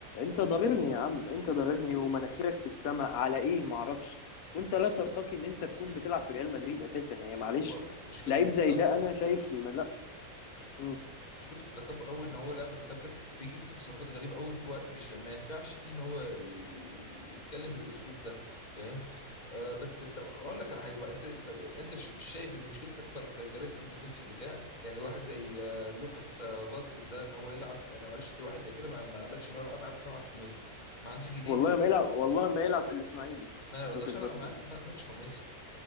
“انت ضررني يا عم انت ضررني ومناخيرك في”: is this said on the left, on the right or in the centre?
Left